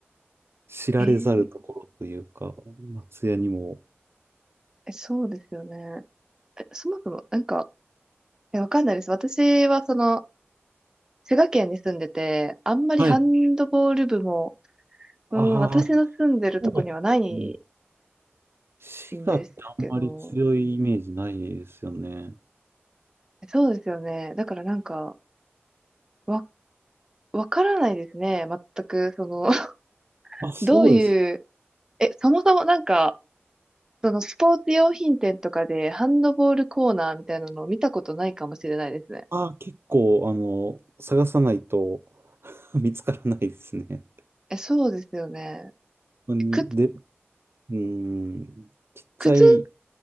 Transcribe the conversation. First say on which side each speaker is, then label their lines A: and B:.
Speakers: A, on the right; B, on the right.
A: 知られざるところというか、
B: えー、
A: 松屋にも。
B: えそうですよね。え、そもそも、なんか、え、わかんないです。私はその、滋賀県に住んでて、あんまりハンドボール部も、
A: はい。ああ、
B: うん、私の住んでるとこにはない
A: そうですね。滋賀ってあんまり強いイメージないですよね。
B: んですけど、そうですよね。だからなんか、わ、わからないですね。全く、その、<laughs>
A: あ、そうです。
B: どういう、え、そもそもなんか、そのスポーツ用品店とかでハンドボールコーナーみたいなのを見たことないかもしれないですね。
A: ああ、結構、あの、探さないと <laughs> 見つからないですね。
B: え、そうですよね。
A: 本当に、
B: 靴、
A: で、うーん、ちっちゃい、
B: 靴、